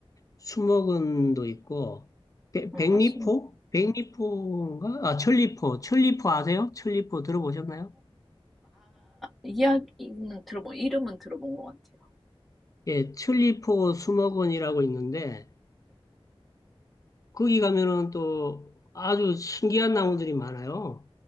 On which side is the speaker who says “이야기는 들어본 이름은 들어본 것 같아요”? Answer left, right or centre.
Centre